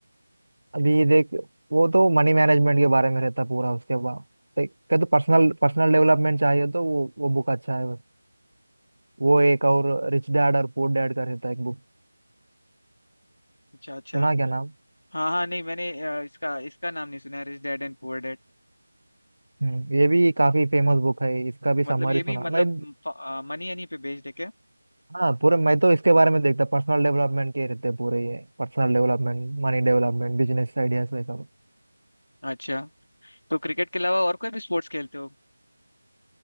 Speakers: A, on the right (about 70°); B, on the left (about 55°).
A: अभी देख वो तो मनी मैनेजमेंट के बारे में रहता पूरा उसके बाद देख क्या तो पर्सनल पर्सनल डेवलपमेंट चाहिए तो वो वो बुक अच्छा है वो एक और रिच डैड और पुअर डैड का रहता है एक बुक
B: अच्छा अच्छा
A: सुना क्या नाम
B: हाँ हाँ नहीं मैंने अ, इसका इसका नाम नहीं सुना rich dad and poor dad
A: हम्म ये भी काफी फेमस बुक है इसका भी
B: मतलब
A: समरी
B: ये
A: सुना
B: भी मतलब
A: मैं
B: मनी हनी पे बेस्ड है क्या
A: हाँ पूरे मैं तो इसके बारे में देखता पर्सनल डेवलपमेंट के रहते हैं पूरे ये personal development money development business ideas वैसा सब
B: अच्छा तो क्रिकेट के अलावा और कोई भी स्पोर्ट्स खेलते हो